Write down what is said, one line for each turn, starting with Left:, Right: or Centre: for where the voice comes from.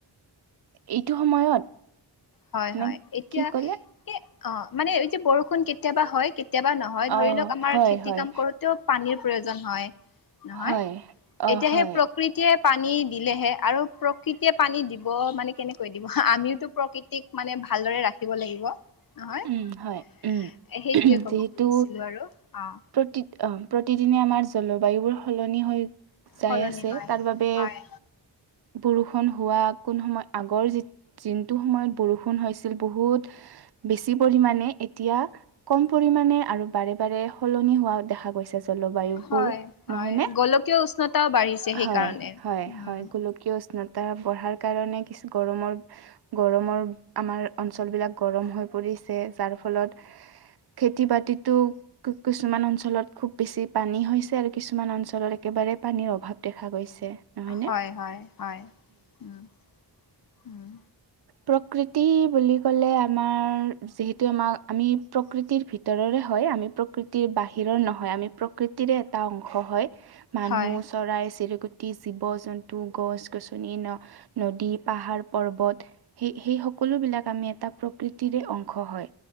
Right: এইটো সময়ত
Left: হয়
Right: নে
Left: হয় এতিয়া
Right: কি ক'লে
Left: এ অ মানে এতিয়া বৰষুণ কেতিয়াবা হয় কেতিয়াবা ন হয়
Right: অ
Left: ধৰি লওক আমাৰ
Right: হয়
Left: খেতি
Right: হয়
Left: কাম কৰোতেও পানীৰ প্ৰয়োজন হয়। নহয়
Right: হয় অ
Left: এতিয়া
Right: হয়
Left: সেই প্ৰ প্ৰকৃতিয়ে পানী দিলেহে আৰু প্ৰকৃতিয়ে পানী দিব মানে কেনেকৈ দিব আমিওতো প্ৰকৃতিক মানে ভালদৰে ৰাখিব লাগিব নহয়
Right: উম হয় উম
Left: সেইটোৱে ক'ব
Right: যিহেতু
Left: খুজিছিলো আৰু অ'
Right: প্ৰতি প্ৰতিদিনে আমাৰ জলবায়ুবোৰ সলনি হৈ যাই
Left: সলনি
Right: আছে
Left: হয়
Right: তাৰ বাবে
Left: হয়
Right: বৰষুন হোৱা কোন সময় আগৰ যি যিনটো সময়ত বৰষুণ হৈছিল বহুত বেছি পৰিমাণে এতিয়া কম পৰিমাণে আৰু বাৰে বাৰে সলনি হোৱা দেখা গৈছে জলবায়ুবোৰ
Left: হয় হয়
Right: নহয় নে
Left: গোলকীয় উষ্ণতাও বাঢ়িছে সেইকাৰণে
Right: হয়, হয়,
Left: উম
Right: হয়। গোলকীয় উষ্ণতা বঢ়াৰ কাৰণে কিছু গৰমৰ গৰমৰ আমাৰ অঞ্চলবিলাক গৰম হৈ পৰিছে যাৰ ফলত খেতি বাতিতো কিছুমান অঞ্চলত খুব বেছি পানী হৈছে আৰু কিছুমান অঞ্চলত একেবাৰে পানীৰ অভাৱ দেখা গৈছে। নহয়নে?
Left: হয় হয় হয় উম উম
Right: প্ৰকৃতি বুলি ক'লে আমাৰ যিহেতু আমাৰ আমি প্ৰকৃতিৰ ভিতৰৰে হয় আমি প্ৰকৃতিৰ বাহিৰৰ নহয় আমি প্ৰ কৃতিৰে এটা অংশ হয় মানুহ
Left: হয়
Right: চৰাই চিৰিকতি, জীৱ জন্তু, গছ গছনি ন নদী, পাহাৰ, পৰ্বত সেই সেই সকলো বিলাক আমি এটা প্ৰকৃতিৰে অং শ হয়